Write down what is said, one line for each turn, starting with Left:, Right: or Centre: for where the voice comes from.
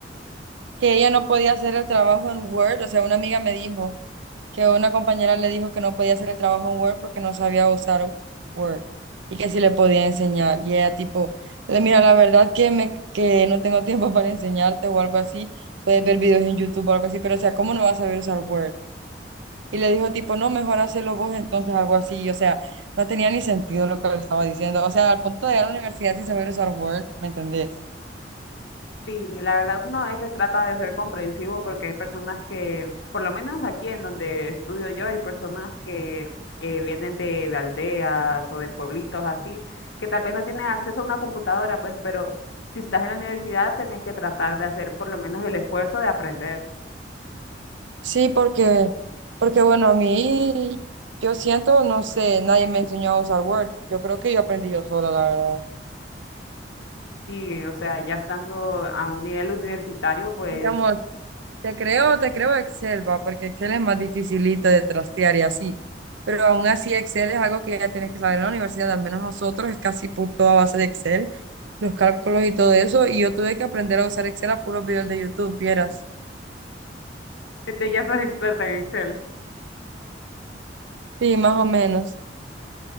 Right: que ella no podía hacer el trabajo en Word, o sea, una amiga me dijo que una compañera le dijo que no podía hacer el trabajo en Word porque no sabía usar Word y que sí le podía enseñar. Y ella tipo, "Eh, mira, la verdad que, me, que no tengo tiempo <laughs> para enseñarte o algo así, puedes ver videos en YouTube o algo así, pero o sea, ¿cómo no vas a saber usar Word? Y le dijo tipo, no, mejor hacerlo vos entonces, algo así. Y, o sea, no tenía ni sentido lo que le estaba diciendo. O sea, al punto de ir a la universidad sin saber usar Word, ¿me entendés?
Left: Sí, la verdad uno a veces trata de ser comprensivo porque hay personas que, por lo menos aquí en donde estudio yo, hay personas que eh, vienen de, de aldeas o de pueblitos así, que tal vez no tienen acceso a una computadora, pues, pero si estás en la universidad tenés que tratar de hacer por lo menos el esfuerzo de aprender.
Right: Sí, porque, porque bueno, a mí, yo siento, no sé, nadie me enseñó a usar Word. Yo creo que yo aprendí yo sola, la verdad.
Left: Y, o sea, ya estando a un nivel universitario, pues,
Right: Digamos, te creo, te creo Excel, va, porque Excel es más dificilito de trastear y así. Pero aún así, Excel es algo que ya tienes que saber en la universidad, al menos nosotros, es casi por toda base de Excel, los cálculos y todo eso. Y yo tuve que aprender a usar Excel a puros videos de YouTube, vieras.
Left: este, ya sos experta en Excel.
Right: Sí, más o menos.